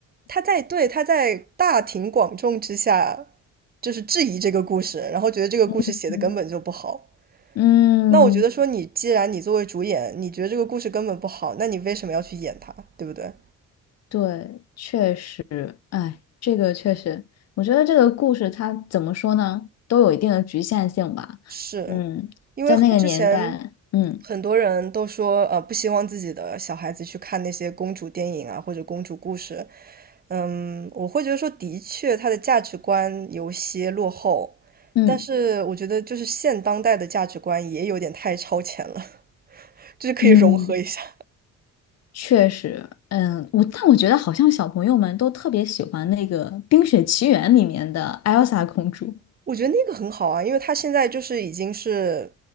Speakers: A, on the right (about 30°); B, on the left (about 55°).
A: 他在对他在大庭广众之下就是质疑这个故事，然后觉得这个故事写的根本就不好。
B: <laughs> 嗯，嗯，
A: 那我觉得说你既然你作为主演，你觉得这个故事根本不好，那你为什么要去演它，对不对？
B: 对，确实，哎，这个确实，我觉得这个故事它怎么说呢，都有一定的局限性吧。
A: 是，
B: 嗯，
A: 因为之前
B: 在那个年代，嗯
A: 很多人都说，呃，不希望自己的小孩子去看那些公主电影啊，或者公主故事。嗯，我会觉得说，的确，他的价值观有些落后，
B: 嗯
A: 但是我觉得就是现当代的价值观也有点太超前了，<laughs> 就是可以融合一下。
B: 嗯，确实，嗯，我但我觉得好像小朋友们都特别喜欢那个《冰雪奇缘》里面的艾尔莎公主。
A: 我觉得那个很好啊，因为她现在就是已经是，